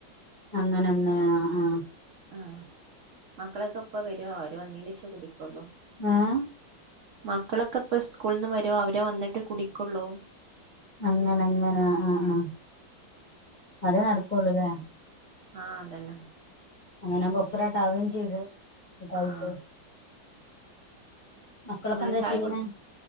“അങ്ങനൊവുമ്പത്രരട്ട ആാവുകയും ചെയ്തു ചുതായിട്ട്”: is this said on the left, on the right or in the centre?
Left